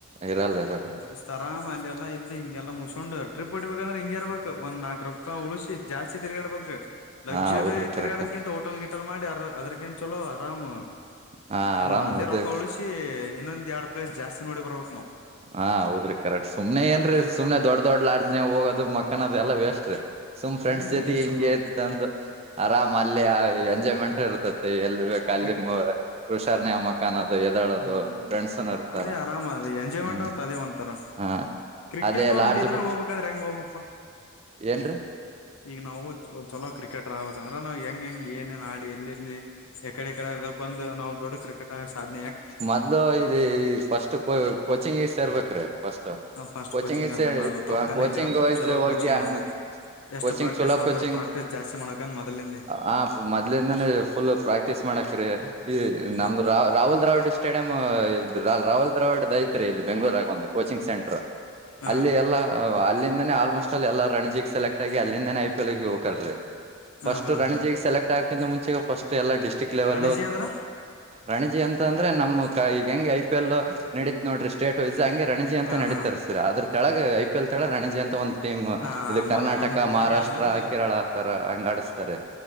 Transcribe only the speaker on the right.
ಇರಲ್ಲ ಇರಲ್ಲ
ಹಾ ಹೌದ್ರಿ
ಕರೆಕ್ಟ್
ಹಾ
ಆರಾಮ್
ಇದು
ಹಾ ಹೌದ್ರಿ ಕರೆಕ್ಟ್ ಸುಮ್ನೆ ಏನ್ರೀ
ಸುಮನೆ ದೊಡ್ ದೊಡ್ ಲಡ್ಜ್ನೆ ಹೋಗೋದು ಮಕ್ಕನ್ದ ಎಲ್ಲ ವೇಸ್ಟ್ರೀ ತ್ ಫ್ರೆಂಡ್ಸ್
ಜೊತೆಗೆ
ಹಿಂಗೆ
ತಂದು ಆರಾಮ ಅಲ್ಲಿ ಎಂಜಾಯ್ಮೆಂಟ್ ಇರ್ತತಿ ಎಲ್ ಬ ಅಲ್ಲಿ
ಕೃಷಾರ್ನ ಮಕ್ಕಾನ ದು ಎದಾಳದು
ಫ್ರೆಂಡ್ಸ್ನ ಇರ್ತಾರ
ಹ್ಮ್
ಹ
ಅದೇ
ಲಾಡ್ಜ್
ಬುಕ್
ಏನ್ರೀ
ಮೊದ್ಲು ಇ ಫಸ್ಟ್ ಕೋಚಿಂಗ್ ಇ ಸೇರ್ಬೇಕ್ರೀ ಫಸ್
ಕೋಚಿಂಗ್ ಇ
ಹೇಳಿ
ಕೋಚಿಂಗ್
ವಸ್
ಹೋಗಿ
ಆ
ಕೋಚಿಂಗ್
ಚಲೋ
ಕೋಚಿಂಗ್
ಆ ಮೊದ್ಲಿಂದಾನೇ ಫುಲ್ ಪ್ರಾಕ್ಟೀಸ್ ಮಾಡಕ್ ಅ್ರೆ ಈ
ನಮ್ದ ರ ರಾಹುಲ್ ದ್ರಾವಿಡ್ ಸ್ಟೇಡಿಯಂ ರಾಹುಲ್ ದ್ರಾವಿಡ್ ಐತ್ರಿ ಇಲ್ಲಿ ಬೆಂಗ್ಳೂರ ಆಗ ಒಂದು ಕೋಚಿಂಗ್ ಸೆಂಟರ್
ಅಲ್ಲಿ ಎಲ್ಲ ಅಲ್ಲಿಂದಾನೇ ಆಲ್ಮೋಸ್ಟ್ ಅಲ್ಲಿ ಎಲ್ಲ ರಣಜಿಿಗೆ ಸೆಲೆಕ್ಟ್ ಆಗಿ ಅಲ್ಲಿಂದಾನ ಐ ಪಿ ಎಲ್ ಗೆ ಹೋಗಕಲ್ರರಿ
ಫಸ್ಟ್
ರಣಜಿಗೆ
ಸೆಲೆಕ್ಟ್ ಆಗಕಿಂತ ಮುಂಚೆ ಫಸ್ಟ್ ಎಲ್ಲಾ ಡಿಸ್ಟ್ರಿಕ್ಟ್ ಲೆವೆಲ್
ರಣಜಿ ಅಂತ ಅಂದ್ರೆ ನಮ್ ಕ ಈಗ ಹೆಂಗೆ ಐ ಪಿ ಎಲ್ ನಡೀತ್ ನೋಡ್ರಿ ಸ್ಟೇಟ್ ವೈಸ್ ಹಂಗೆ ರಣಜಿ ಅಂತ
ನಡೀತಾರೆ
ಸರ್ ಅದ್ರ ಕೆಳಗೆ ಐ ಪಿ ಎಲ್ ತಳ ರಣಜಿ ಅಂತ ಒಂದು ಟೀಮ್
ಇದು ಕರ್ನಾಟಕ
ಮಹಾರಾಷ್ಟ್ರ
ಕೇರಳ ಅ ಹಂಗ ಆಡಿಸ್ತಾರೆ